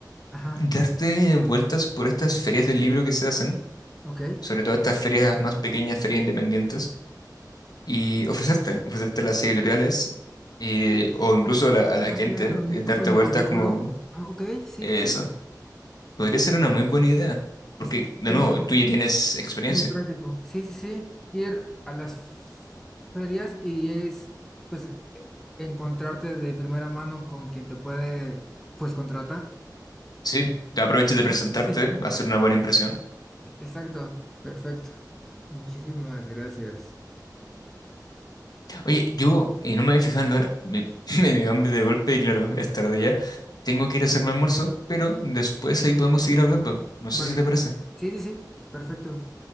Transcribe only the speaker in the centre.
Ajá.
Ok.
Ah,
claro, ir
con el
currículum.
Ah, ok, sí,
sí, sí.
Está
mucho,
muy práctico. Sí, sí, sí. Ir a las ferias y es, pues, encontrarte de primera mano con quien te puede, pues, contratar.
<laughs>
Sí, exacto. Perfecto. Muchísimas gracias.
Vale.
Sí, sí, sí. Perfecto.